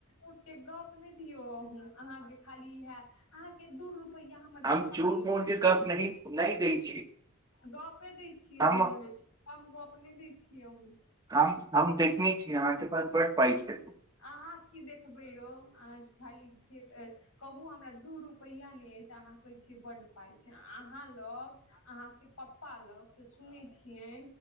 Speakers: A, on the left; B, on the right.
A: उठ के गप नहि दियो अहूँ अहाँकेँ खाली इहे अहाँकेँ दूर रूप रपैया हमर
B: हम
A: देखाई
B: झूठ
A: दऽ
B: मूठ के गप नहि नहि दै छी
A: गपे दै छियै
B: हम
A: अहूँ लेकिन कम गप्प नहि दै छियै अहूँ
B: काम हम देखने छियै अहाँकेँ पास बढ़ पाइ छै
A: अहाँ कि देखबै यौ अहाँ खाली फे कहू हमरा दू रुपैआ नहि अछि अहाँ कहै छियै बड़ पाइ छै अहाँ लग अहाँकेँ पप्पा लग से सुनैत छियै